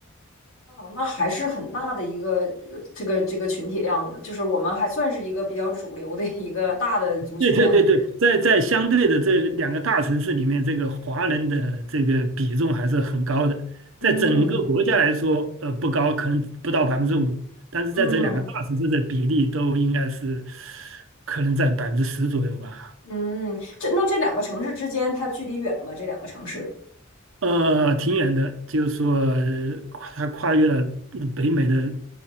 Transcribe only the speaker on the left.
哦，那还是很大的一个呃这个这个群体量的，就是我们还算是一个比较主流的一个大的族群。
嗯
嗯
嗯，这那这两个城市之间它距离远吗？这两个城市